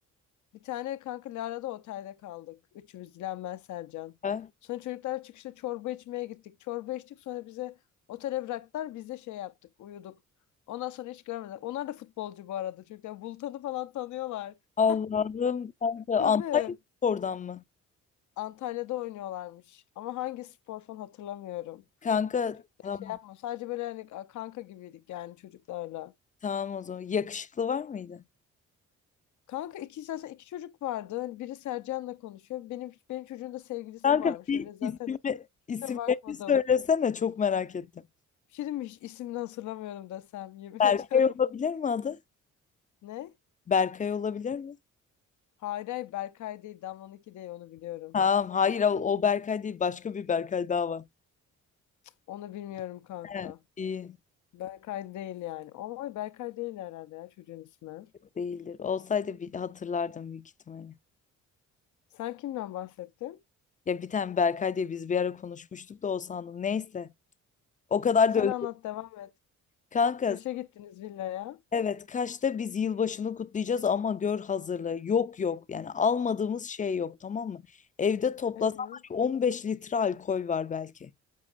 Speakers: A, on the left (about 75°); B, on the left (about 25°).
A: bir tane kanka Lara'da otelde kaldık. Üçümüz Dilan ben Sercan.
B: Ha?
A: Sonra çocuklar çıkışta çorba içmeye gittik. Çorba içtik sonra bize otele bıraktılar. Biz de şey yaptık uyuduk. Ondan sonra hiç görmediler. Onlar da futbolcu bu arada. Çocuklar Bultan'ı falan tanıyorlar.
B: Allah'ım
A: <laughs>
B: kanka
A: Tabii.
B: Antalya oradan mı?
A: Antalya'da oynuyorlarmış. Ama hangi spor falan hatırlamıyorum.
B: Kanka tamam,
A: Şey şey yapma. Sadece böyle hani kanka gibiydik yani çocuklarla.
B: tamam o zaman. Yakışıklı var mıydı?
A: Kanka iki zaten iki çocuk vardı. Hani biri Sercan'la konuşuyor. Benim benim çocuğun da sevgilisi
B: Kanka
A: varmış.
B: bir
A: Öyle zaten
B: isimle, isimlerini
A: Kusura bakmadım.
B: söylesene çok merak ettim.
A: Bir şey diyeyim mi? Hiç ismini hatırlamıyorum desem yemin
B: Berkay
A: <laughs> ediyorum.
B: olabilir mi adı?
A: Ne?
B: Berkay olabilir mi?
A: Hayır hayır Berkay değil. Damla'nınki değil onu biliyorum.
B: Tamam hayır o, o Berkay değil başka bir Berkay daha var.
A: Onu bilmiyorum kanka.
B: He, iyi.
A: Berkay değil yani. Ama Berkay değil herhalde ya çocuğun ismi.
B: Değildir. Olsaydı bir hatırlardım büyük ihtimalle.
A: Sen kimden bahsettin?
B: Ya bir tane Berkay diye biz bir ara konuşmuştuk da o sandım. Neyse. O kadar
A: Sen
B: da özür.
A: anlat devam et.
B: Kanka
A: Kaş'a gittiniz villaya.
B: evet Kaş'ta biz yılbaşını kutlayacağız ama gör hazırlığı. Yok yok. Yani almadığımız şey yok tamam mı? Evde toplasan
A: Ee,
B: var ya 15 litre alkol var belki.